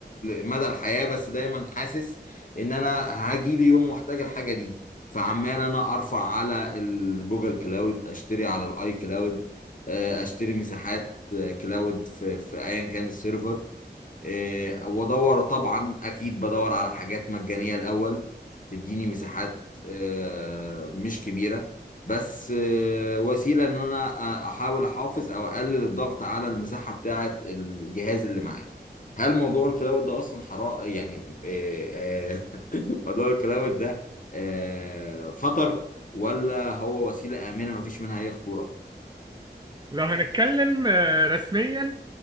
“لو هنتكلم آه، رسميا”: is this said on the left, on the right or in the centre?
Right